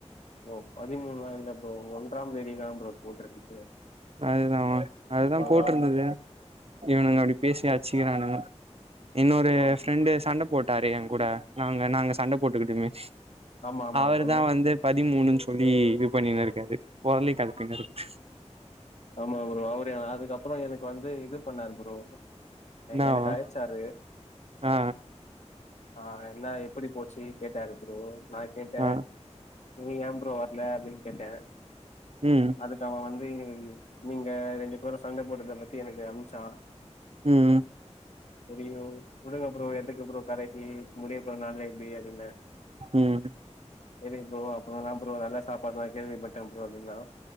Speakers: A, on the left; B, on the right.
A: ப்ரோ பதிமூணுல்லா இல்ல ப்ரோ ஒன்றாம் தேதிதா ப்ரோ போட்ருக்கு
B: அதுதா அதுதா
A: அவங்க
B: போட்ருந்துது
A: அவங்க
B: இவனுங்க
A: ம்
B: அப்டி பேசி அட்ச்சிக்குறானுங்க இன்னொரு
A: அவ
B: ஃப்ரெண்டு சண்ட போட்டாரு ஏங்கூட நாங்க நாங்க சண்ட போட்டுக்கிட்டமே
A: ஆமா ஆமா
B: அவரு
A: ப்ரோ
B: தா வந்து பதிமூணுன் சொல்லி இது பண்ணினு இருக்காரு பொரலி கெளப்பினுருக்
A: ஆமா ப்ரோ அவரு அதுக்கப்றொ என க்கு வந்து இது பண்ணாரு ப்ரோ
B: என்னாவா
A: எனக்கு அழைச்சாரு
B: ஆ
A: ஆ என்ன எப்டி போச்சி கேட்டாரு ப்ரோ நா கேட்ட
B: ஆ
A: நீ யாம் ப்ரோ வர்ல அப்டின் கேட்ட
B: ம்
A: அதுக்க அவ வந்து நீங்க ரெண்டு பேரு சண்ட போட்டதப் பத்தி எனக்கு அம்ச்சா
B: ம் ம்
A: தெரியு உடுங்க ப்ரோ எதுக்கு ப்ரோ கடசீ முடியப் போற நாள்ல இப்டி அப்டின்ன
B: ம்
A: தெரியு ப்ரோ அப்றொ என்னா ப்ரோ நல்லா சாப்பாட்லா கேள்விப்பட்ட ம் ப்ரோ அப்டின்னா